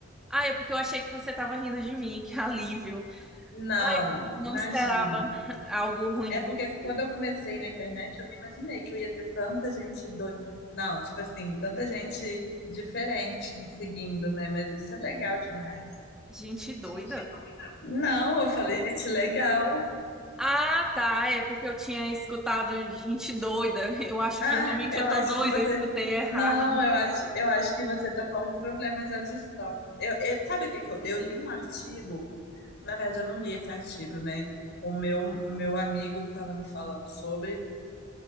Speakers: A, in the centre; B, on the left.
A: Ah, é porque eu achei que você tava rindo de mim, <laughs> que alívio.
B: Não,
A: Ai, eu não
B: imagina.
A: esperava <laughs> algo ruim
B: É
A: de
B: porque
A: você.
B: quando eu comecei na internet, eu não imaginei que eu ia ter tanta gente do... Não, tipo assim, tanta gente diferente me seguindo, né? Mas isso é legal demais.
A: Gente doida.
B: Gente doida. Não, eu falei, gente, legal.
A: Ah, tá. É porque eu tinha escutado gente doida. Eu acho
B: Ah,
A: que realmente
B: eu
A: eu tô
B: acho
A: doida,
B: que você.
A: eu escutei errado.
B: Não, eu acho, eu acho que você tá com algum problema de audição. Eu, eu- sabe o que que eu, eu li um artigo? Na verdade, eu não li esse artigo, né? O meu, meu amigo estava me falando sobre.